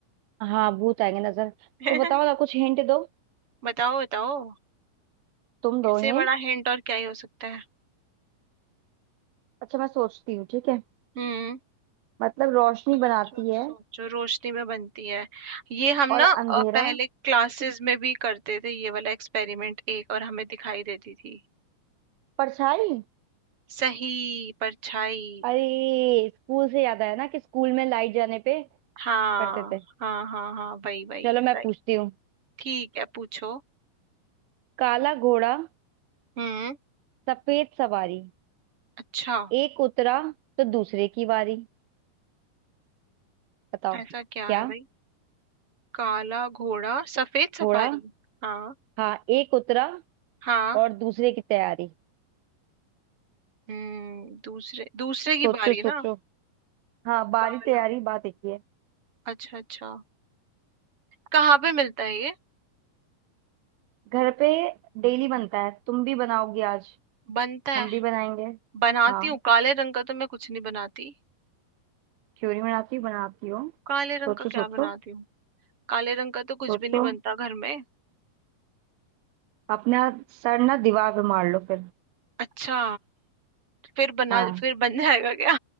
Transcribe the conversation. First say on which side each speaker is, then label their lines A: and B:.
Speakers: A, on the right; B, on the right.
A: हाँ भूत आएंगे नजर
B: <laughs>
A: तो बताओ ना कुछ हिंट दो
B: बताओ बताओ
A: तुम दो
B: इससे
A: हिंट
B: बड़ा हिंट और क्या ही हो सकता है
A: अच्छा मैं सोचती हूँ ठीक है
B: हम्म
A: मतलब रोशनी
B: सोचो
A: बनाती है
B: सोचो रोशनी में बनती है ये हम
A: और
B: ना
A: अंधेरा
B: अ, पहले क्लासेस में भी करते थे ये वाला एक्सपेरिमेंट एक और हमें दिखाई देती थी
A: परछाई
B: सही परछाई
A: अरे स्कूल से याद आया ना कि स्कूल में लाइट जाने पे
B: हाँ
A: करते थे
B: हाँ हाँ हाँ वही वही
A: चलो मैं
B: सही
A: पूछती हूँ
B: ठीक है पूछो
A: काला घोड़ा
B: हम्म
A: सफेद सवारी
B: अच्छा
A: एक उतरा तो दूसरे की बारी बताओ
B: ऐसा क्या
A: क्या
B: है भाई काला घोड़ा सफेद सफारी
A: घोड़ा
B: हाँ
A: हाँ एक उतरा
B: हाँ
A: और दूसरे की तैयारी
B: हम्म दूसरे दूसरे की
A: सोचो
B: बारी
A: सोचो
B: ना
A: हाँ बारी
B: काला
A: तैयारी बात एक ही है
B: अच्छा अच्छा कहाँ पे मिलता है ये
A: घर पे डेली बनता है तुम भी बनाओगी आज
B: बनता है
A: हम भी बनाएंगे
B: बनाती
A: हाँ
B: हूँ काले रंग का तो मैं कुछ नहीं बनाती
A: क्यों नहीं बनाती बनाती हो
B: काले रंग
A: सोचो
B: का क्या
A: सोचो
B: बनाती हूँ काले रंग का तो कुछ
A: सोचो
B: भी नहीं बनता घर में
A: अपना सर ना दीवार पे मार लो फिर
B: अच्छा फिर बना
A: हाँ
B: फिर बन जाएगा क्या